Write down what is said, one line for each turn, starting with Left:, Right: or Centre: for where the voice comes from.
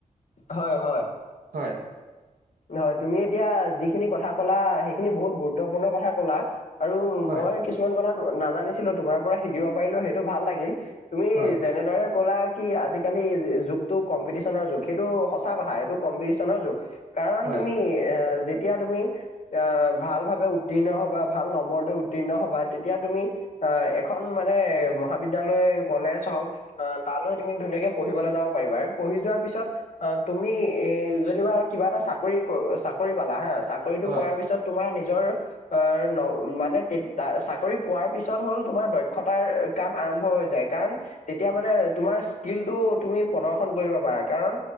Left: হয়, হয়।
Right: হয়
Left: হয়। তুমি, এতিয়া যিখিনি কথা ক'লা! সেইখিনি বহুত গুৰুত্বপূৰ্ণ কথা ক'লা। আৰু
Right: হয়
Left: মই কিছুমান কথা নাজানিছিলোঁ, তোমাৰ পৰা শিকিব পাৰিলোঁ সেইটো ভাল লাগিল। তুমি
Right: হয়
Left: যেনেদৰে ক'লা, কি আজিকালি যুগটো কম্পিটিশনৰ যুগ, সেইটো সঁচা কথা এইটো কম্পিটিশনৰ যুগ। কাৰণ
Right: হয়
Left: তুমি এ' যেতিয়া তুমি আঁ ভাল ভাৱে উত্তীৰ্ণ হ'বা, ভাল নম্বৰটো উত্তীৰ্ণ হ'বা। তেতিয়া, তুমি এ, এখন মানে, মহাবিদ্যালয়, কলেজ হওঁক আঁ তালৈ তুমি ধুনীয়াকে পঢ়িবলৈ যা যাব পাৰিবা। পঢ়ি যোৱাৰ পিছত তুমি এ, যেনিবা কিবা এটা চাকৰি, চাকৰি পালা হা। চাকৰিটো
Right: হয়
Left: পোৱাৰ পিছত তোমাৰ নিজ নিজৰ অৰ মানে, চাকৰি পোৱাৰ পিছত হ'ল তোমাৰ দক্ষতাৰ কাম আ আৰম্ভ হৈ যায়। কাৰণ, তেতিয়া মানে, তোমাৰ ইছকিলটো তুমি প্ৰদৰ্শন কৰিব পাৰা। কাৰণ